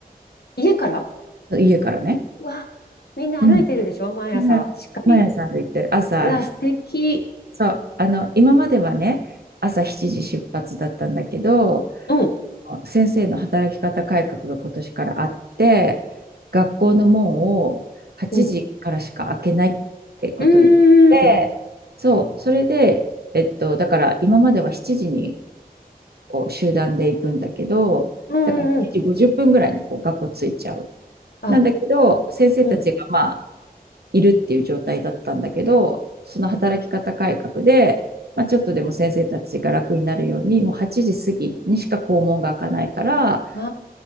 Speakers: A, on the left; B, on the right.
A: 家から
B: 家からね。
A: うわ、みんな歩いてるでしょ毎朝、
B: うん。みんな毎朝歩いてる。
A: しっかり。
B: 朝、
A: うわ、素敵。
B: そう、あの、今まではね、朝7時出発だったんだけど、
A: うん。
B: 先生の働き方改革が今年からあって、学校の門を8時からしか開けないってことになって、
A: うん。うんうん
B: そう、それで、えっと、だから今までは7時にこう集団で行くんだけど、
A: うんうん。
B: だから7時50分ぐらいにこう学校着いちゃう。
A: あ、
B: なんだけど、先生たちがまあ
A: うん。
B: いるっていう状態だったんだけど、その働き方改革で、まあ、ちょっとでも先生たちが楽になるように、もう8時過ぎにしか校門が開かないから、
A: あ